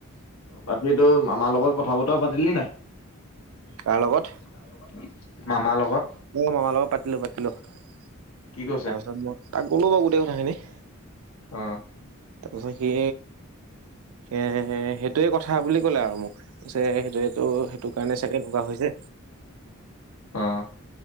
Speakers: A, on the left; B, on the right.
A: বাকী তোৰ মামাৰ লগত কথা বতৰা পাতিলি নাই।
B: কাৰ লগত
A: <inaudible> মামাৰ লগত।
B: অ' মামাৰ লগত পাতিলোঁ পাতিলোঁ তাৰ
A: কি কৈছে?
B: পিছত মই তাক ক'লো বাৰু গোটেই কথাখিনি।
A: অ'-
B: তাৰ পিছত সি- এ সেইটোয়ে কথা বুলি কলে আৰু মোক যে সেইটোটো সেইটো কাৰণে চাগে এনেকুৱা হৈছে।
A: অ'